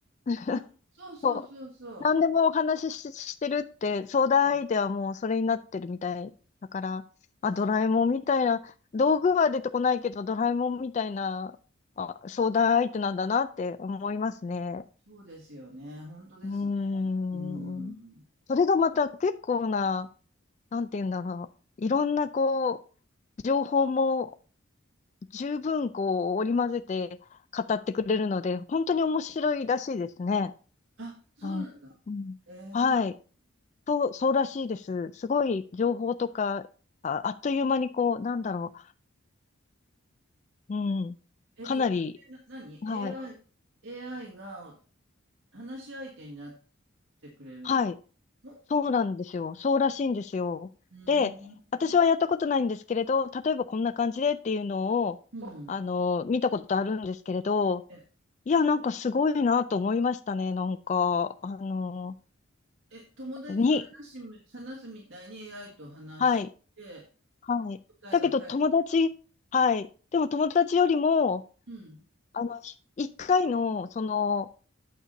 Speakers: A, on the left; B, on the right.
A: <laughs>
B: あ、そうそうそうそ
A: そう、何でもお話しし、してるって、相談相手はもうそれになってるみたいだから、
B: う。うん。あ、
A: あ、ドラえもんみたいな、
B: そ
A: 道具は出てこないけど、ドラえもんみたいな、あ、相談相手なんだなって思いますね。
B: そうですよね。ほんとですね。
A: うーん。
B: うん。
A: それがまた結構な、なんて言うんだろう。いろんなこう、情報も十分こう、織り交ぜて語ってくれるので、本当に面白いらしいですね。
B: あ、そうなんだ。
A: なん、うん、
B: え
A: はい。と、そうらしいです。すごい情報とか、あ、あっという間にこう、なんだろう。うん。
B: ー。
A: かなり、
B: え、それってな何
A: はい。
B: a i AI が話し相手になってくれる
A: はい。
B: の？
A: そうなんですよ。そうらしいんですよ。
B: うん。
A: で、私はやったことないんですけれど、例えばこんな感じでっていうのを、
B: うん。
A: あの、見たことあるんですけれど、
B: え、
A: いや、なんかすごいなと思いましたね。なんか、あの、
B: え、友達と話しむ話すみたいに
A: に、
B: AI と話して
A: はい。はい。
B: 答えが返ってくる。
A: だけど友達、はい。でも友達よりも、
B: うん。
A: あの、ひ一回の、その、